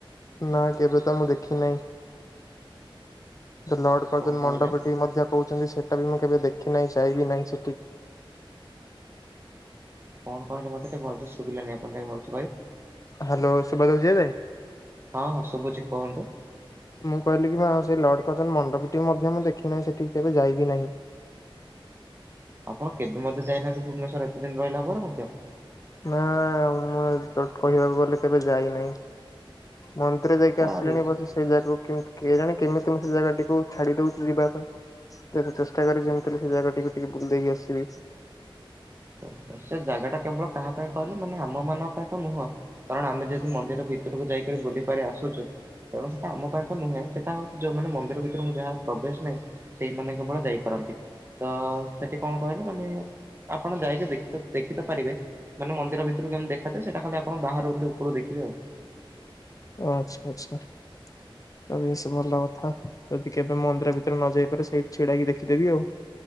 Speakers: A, on the left (about 40°); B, on the right (about 25°).
A: ନା କେବେ ତ ମୁଁ ଦେଖି ନାହିଁ। ଲଡ ପର୍ଜନ୍
B: କଣ କହିଲେ
A: ମଣ୍ଡପଟି ମଧ୍ୟ କହୁଛନ୍ତି ସେଇଟା ବି ମୁଁ କେବେ ଦେଖି ନାହିଁ ଯାଇବି ନାହିଁ ସେଠି।
B: କଣ କହିଲେ ମତେ ଶୁଭିଲାନି ଆପଣ ଟା ଭଲ
A: ହ୍ୟାଲୋ ସୁଭାଯାଉଛି ଏବେ
B: ହଁ ହଁ ଶୁଭୁଛି କୁହନ୍ତୁ।
A: ମୁଁ କହିଲି କି ମା ସେ ଲର୍କଚନ ମଣ୍ଡପଟି ମଧ୍ୟ ମୁଁ ଦେଖି ନାହିଁ ସେଠି କେବେ ଯାଇବି ନାହିଁ।
B: ଆପଣ କେବେ ମଧ୍ୟ ଯାଇନାହାନ୍ତି ଭୁବନେଶ୍ୱର ଏତେ ଦିନ ରହିଲା ପରେ ମଧ୍ୟ
A: ନା ମୁଁ କହିବାକୁ ଗଲେ କେବେ ଯାଇନାହିଁ ମ ଭିତରେ ଯାଇକି
B: ସେଟା
A: ଆସିଲିଣି ବସ ସେଇ ଜାଗାକୁଏ ଜାଣି କେମିତି ମୁଁ ସେ ଜାଗାଟିକୁ ଛାଡି ଦଉଛି ଯିବା ପାଇଁ ଚେଷ୍ଟା କରି ଯେମିତିଲେ ସେ ଜାଗା ଟକୁ ଟିକେ ବୁଲେଇକି ଆସିବି।
B: ଓହୋ ସେ ଜାଗା ଟା କେବଳ କାହା ପାଇଁ କହିଲେ ମାନେ ଆମ ମାନଙ୍କ ପାଇଁ ତ ନୁହଁ। କାରଣ ଆମେ ଯେହେତୁ ମନ୍ଦିର ଭିତରକୁ ଯାଇକରି ବୁଲି ପାରି ଆସୁଛୁ। ତେଣୁ ସେଟା ଆମ ପାଇଁ ତ ନୁହେଁ ସେଟା ହଉ ଯୋଉାନ ମନ୍ଦିର ଭିତରେଁ ଯାହାଉ ପ୍ରବେଶ ନାହିଁ। ସେଇମାନେେ କେବଳ ଯାଇପାରନ୍ତି ତ ସେଠି କଣ କହିଲ ମାନେ। ଆପଣ ଯାଇକି ଦେଖି ଦେଖିିତ ପାରିବେ। ମାନେ ମନ୍ଦିର ଭିତକୁ କେମି ଦେଖାଯାଏ ସେଟା ଖାଲି ଆପଣ ବାହାରୁ ଉପରୁ ଦେଖିବେ ଆଉ
A: ଆଚ୍ଛା ଆଚ୍ଛା ତବେ ବେଶ ଭଲ କଥା ଯଦି କେବେ ମନ୍ଦିର ଭିତରେ ନ ଯାଇପାରେ ସେଇଠି ଛିଡାକି ଦେଖିଦେବି ଆଉ।